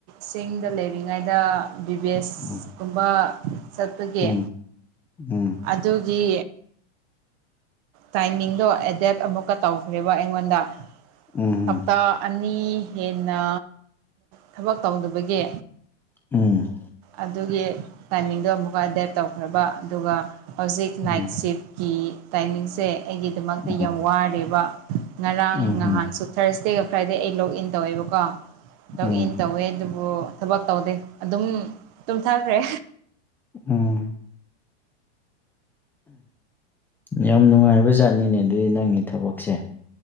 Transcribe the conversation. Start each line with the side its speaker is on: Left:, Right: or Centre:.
Right: ꯆꯤꯡꯗ ꯂꯩꯔꯤꯉꯩꯗ ꯕꯤꯕꯦꯁ
Centre: ꯎꯝ
Right: ꯀꯨꯝꯕ ꯆꯠꯄꯒꯤ
Centre: ꯎꯝ ꯎꯝ
Right: ꯑꯗꯨꯒꯤ ꯇꯥꯏꯃꯤꯡꯗꯣ ꯑꯦꯗꯦꯞ ꯑꯃꯨꯛꯀ ꯇꯧꯈ꯭ꯔꯦꯕ ꯑꯩꯉꯣꯟꯗ
Centre: ꯎꯝ
Right: ꯍꯞꯇꯥ ꯑꯅꯤ ꯍꯦꯟꯅ ꯊꯕꯛ ꯇꯧꯗꯕꯒꯤ
Centre: ꯎꯝ
Right: ꯑꯗꯨꯒꯤ ꯇꯥꯏꯃꯤꯡꯗꯣ ꯑꯃꯨꯛꯀ ꯗꯦꯠ ꯇꯧꯈ꯭ꯔꯕ ꯑꯗꯨꯒ ꯍꯧꯖꯤꯛ
Centre: ꯎꯝ
Right: ꯅꯥꯏꯠ ꯁꯤꯐꯀꯤ ꯇꯥꯏꯃꯤꯡꯁꯦ ꯑꯩꯒꯤꯗꯃꯛꯇ
Centre: ꯎꯝ
Right: ꯌꯥꯝ ꯋꯥꯔꯦꯔꯤꯕ ꯉꯔꯥꯡ
Centre: ꯎꯝ
Right: ꯅꯍꯥꯟꯁꯨ
Centre: ꯎꯝ
Right: ꯊꯔꯁꯗꯦꯒ ꯐ꯭ꯔꯥꯏꯗꯦ ꯑꯩ ꯂꯣꯛꯏꯟ ꯇꯧꯋꯦꯕꯀꯣ ꯇꯣꯛ
Centre: ꯎꯝ
Right: ꯏꯟ ꯇꯧꯋꯦ ꯑꯗꯨꯕꯨ ꯊꯕꯛ ꯇꯧꯗꯦ ꯑꯗꯨꯝ ꯇꯨꯝꯊꯈ꯭ꯔꯦ
Centre: ꯎꯝ ꯌꯥꯝ ꯅꯨꯡꯉꯥꯏꯕ ꯥꯠꯅꯤꯅꯦ ꯑꯗꯨꯗꯤ ꯅꯪꯒꯤ ꯊꯕꯛꯁꯦ